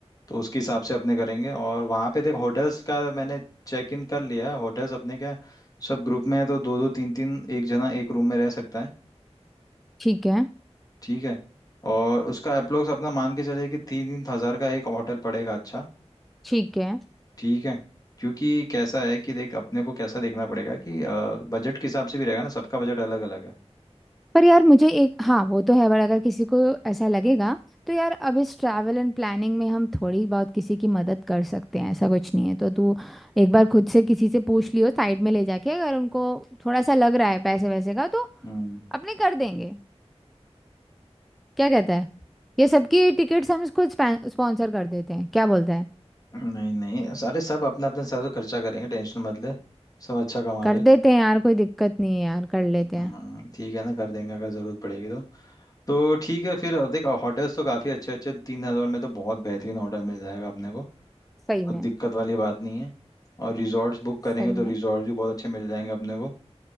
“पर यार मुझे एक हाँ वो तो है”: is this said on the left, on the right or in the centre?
Centre